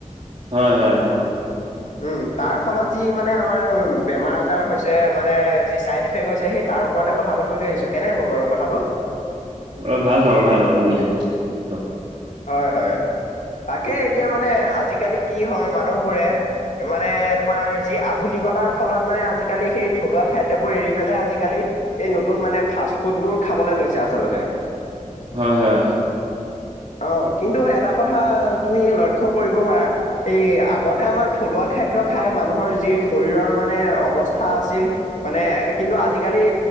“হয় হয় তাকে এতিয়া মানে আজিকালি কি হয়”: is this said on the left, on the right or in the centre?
Left